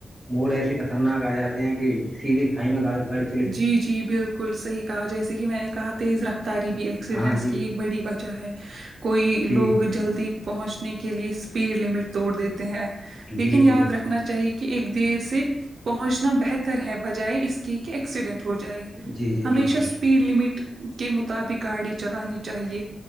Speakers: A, in the centre; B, on the right.
A: موڑے ایسی خطرناک آ جاتی ہیں کہ سیدھھی کھائی میں گڑی گڑی
B: جی جی بالکل صحیح کہا جیسے کہ میں نے کہا تیز رکھ تاریبی
A: جی
B: ایکسیڈنٹس
A: ہاں جی
B: کی ایک بڑی وجہ ہے کوئی
A: جی
B: لوگ جلدی پہنچنے کے لیے اسپیڈ لمٹ توڑ دیتے ہیں لیکن
A: جی
B: یاد
A: جی
B: رکھنا چاہیے کہ ایک دیر سے پہنچنا بہتر ہے بجائے اس کی ایکسیڈنٹ ہو جائے
A: جی جی
B: ہمیشہ
A: بالکل
B: اسپیڈ لمٹ کے مطابق گاڑی چلانی چاہیے